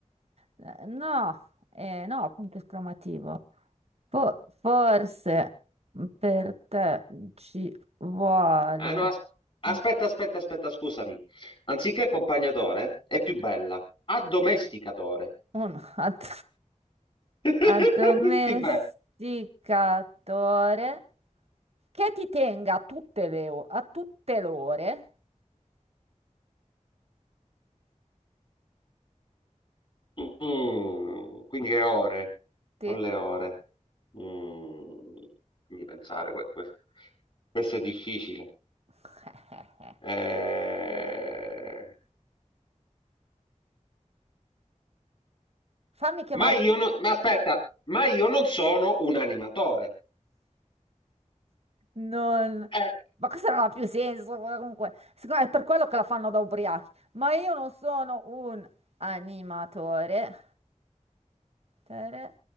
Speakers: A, on the right (about 50°); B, on the left (about 45°).
A: Eh, No, eh, no, punto esclamativo. Fo- forse per te ci vuole
B: Ah no, as- aspetta,
A: un
B: aspetta, aspetta, scusami. Anziché accompagnatore, è più bella. Addomesticatore.
A: un ad-
B: <laughs>
A: addomesticatore
B: Sì, beh.
A: che ti tenga a tutte le, o- a tutte le ore.
B: Mm, quindi è ore,
A: Ti-
B: con le ore. Mm, fammi pensare, que- que- questo è difficile.
A: <laughs>
B: Eh,
A: Fammi chiamare...
B: ma io non, ma aspetta, ma io non sono un animatore.
A: Non...
B: Eh,
A: Ma questo non ha più senso, guarda, comunque. Secondo me è per quello che la fanno da ubriachi. Ma io non sono un animatore. Tere-